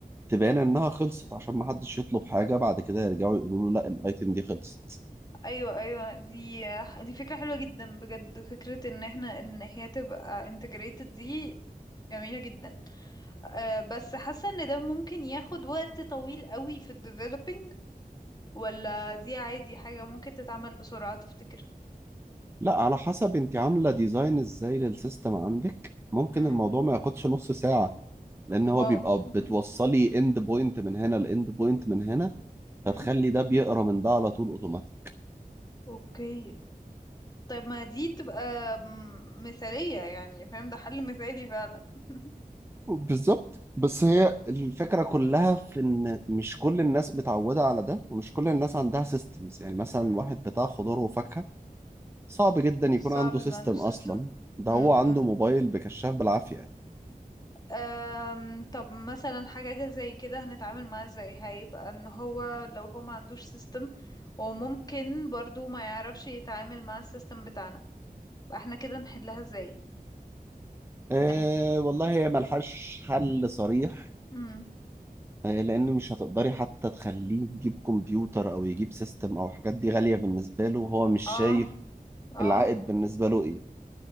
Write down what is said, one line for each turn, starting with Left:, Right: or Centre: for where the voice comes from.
Right: تبان انها خلصت عشان ما حدش يطلب حاجه بعد كده يرجعوا يقولوا له لا الايتم دي خلصت
Left: ايوه ايوه دي دي فكرة حلوة جدا بجد وفكرة ان احنا ان هي تبقى integrated دي جميلة جدا أه بس حاسة ان ده ممكن ياخد وقت طويل قوي في ال developing ولا دي عادي حاجة ممكن تتعمل بسرعة تفتكر
Right: لا على حسب انت عامله ديزاين ازاي للسيستم عندك ممكن
Left: امم
Right: الموضوع ما ياخدش نص ساعه لان هو
Left: واو
Right: بيبقى
Left: <laughs>
Right: بتوصلي اند بوينت من هنا لاند بوينت من هنا
Left: امم
Right: فتخلي ده بيقرا من ده على طول اوتوماتيك
Left: اوكي طيب ما دي تبقى م- مثالية يعني فاهم ده حل مثالي فعلا <laughs>
Right: بالظبط بس هي الفكرة كلها في إن مش كل الناس متعودة على ده ومش كل الناس عندها سيستمز يعني مثلا
Left: مم.
Right: واحد بتاع خضار وفاكهة صعب جدا يكون
Left: صعب
Right: عنده
Left: يبقى
Right: سيستم
Left: عنده سيستم
Right: أصلا ده
Left: امم
Right: هو عنده موبايل بكشاف بالعافية يعني.
Left: أم، طب مثلا حاجة زي كده هنتعامل معاه ازاي هيبقى ان هو لو هو ما عندوش سيستم وممكن برضو ما يعرفش يتعامل مع السيستم بتاعنا يبقى احنا كده نحلها ازاي
Right: إيه
Left: نحن...
Right: والله هي ملهاش حل صريح
Left: امم
Right: آه، لان مش هتقدري حتى تخليه يجيب كمبيوتر او يجيب سيستم او حاجات دي غالية بالنسبة له وهو مش شايف
Left: اه اه
Right: العائد بالنسبة له ايه